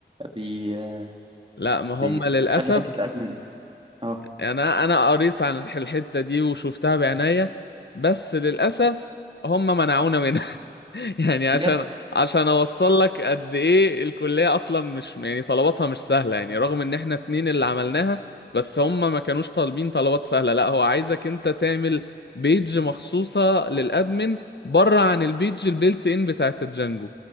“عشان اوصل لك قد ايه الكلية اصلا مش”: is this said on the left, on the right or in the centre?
Left